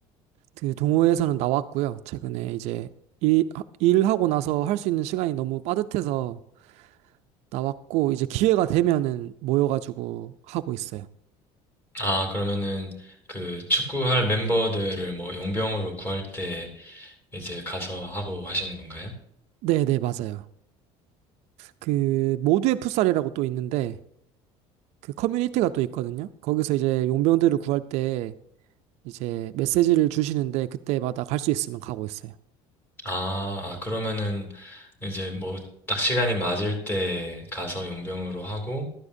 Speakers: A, on the right (about 60°); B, on the left (about 15°).
A: 그 동호회에서는 나왔고요. 최근에 이제 일, 일하고 나서 할 수 있는 시간이 너무 빠듯해서 나왔고, 이제 기회가 되면은 모여가지고 하고 있어요.
B: 아, 그러면은 그 축구할 멤버들을 뭐 용병으로 구할 때 이제 가서 하고 하시는 건가요?
A: 네네, 맞아요. 그, 모두의 풋살이라고 또 있는데, 그 커뮤니티가 또 있거든요. 거기서 이제 용병들을 구할 때 이제 메시지를 주시는데, 그때마다 갈 수 있으면 가고 있어요.
B: 아, 아, 그러면은 이제 뭐 딱 시간이 맞을 때 가서 용병으로 하고